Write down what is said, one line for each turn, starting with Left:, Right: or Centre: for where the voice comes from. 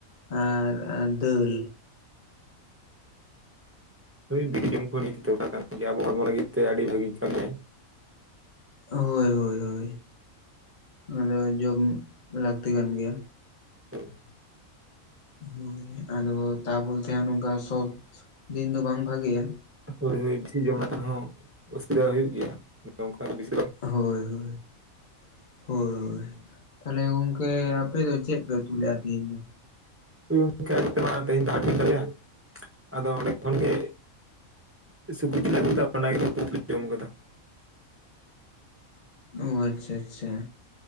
Left: ᱟᱨ ᱫᱟᱹᱞ
Right: ᱦᱳᱭ ᱵᱤᱞᱤ ᱡᱚᱢ ᱠᱚ ᱱᱤᱛ ᱫᱚᱨᱠᱟᱨ ᱠᱟᱱ ᱜᱮᱭᱟ ᱟᱵᱚ ᱦᱚᱲᱢᱚ ᱞᱟᱹᱜᱤᱫ ᱛᱮ ᱟᱹᱰᱤ ᱵᱷᱟᱹᱜᱤ ᱠᱟᱹᱢᱤᱭᱟᱹ
Left: ᱦᱳᱭ ᱦᱳᱭ ᱦᱳᱭ ᱚᱱᱟᱫᱚ ᱡᱚᱢ ᱞᱟᱹᱠᱛᱤ ᱠᱟᱱ ᱜᱮᱭᱟ
Right: ᱦᱮᱸ
Left: ᱦᱳᱭ ᱟᱫᱚ ᱛᱟ ᱵᱚᱞᱛᱮ ᱦᱟᱸ ᱱᱚᱝᱠᱟ ᱥᱚᱵᱽ ᱫᱤᱱ ᱫᱚ ᱵᱟᱝ ᱵᱷᱟᱜᱮᱭᱟ
Right: ᱦᱳᱭ ᱦᱳᱭ ᱵᱤᱥᱤ ᱡᱚᱢ ᱞᱮᱠᱷᱟᱱ ᱦᱚᱸ ᱚᱥᱩᱵᱤᱫᱟ ᱦᱩᱭᱩᱜ ᱜᱮᱭᱟ ᱱᱚᱝᱠᱟ ᱵᱤᱥ
Left: ᱦᱳᱭ ᱦᱳᱭ ᱦᱳᱭ ᱛᱟᱦᱚᱞᱮ ᱜᱚᱝᱠᱮ ᱟᱯᱮ ᱫᱚ ᱪᱮᱫ ᱯᱮ ᱩᱛᱩ ᱞᱮᱫ ᱞᱮᱫᱼᱟ ᱛᱮᱦᱮᱧ ᱫᱚ
Right: <unintelligible> ᱛᱮᱦᱮᱧ <unintelligible> ᱛᱟᱞᱮᱭᱟ ᱟᱫᱚ ᱚᱸᱰᱮ ᱠᱷᱚᱱᱜᱮ ᱥᱩᱠᱨᱤ ᱡᱤᱞ ᱟᱹᱜᱩ ᱞᱮᱫᱟ ᱚᱱᱟᱜ ᱞᱮ ᱡᱚᱢ ᱠᱟᱫᱟ
Left: ᱚ ᱟᱪᱪᱷᱟ ᱟᱪᱪᱷᱟ